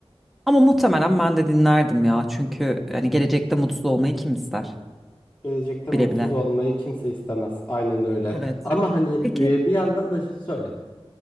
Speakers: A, in the centre; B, on the left (about 15°).
A: Ama muhtemelen ben de dinlerdim ya çünkü hani gelecekte mutsuz olmayı kim ister
B: Gelecekte mutsuz
A: bile bile.
B: olmayı kimse istemez. Aynen öyle.
A: Evet.
B: Ama hani
A: Peki
B: e, bir yandan da söyle.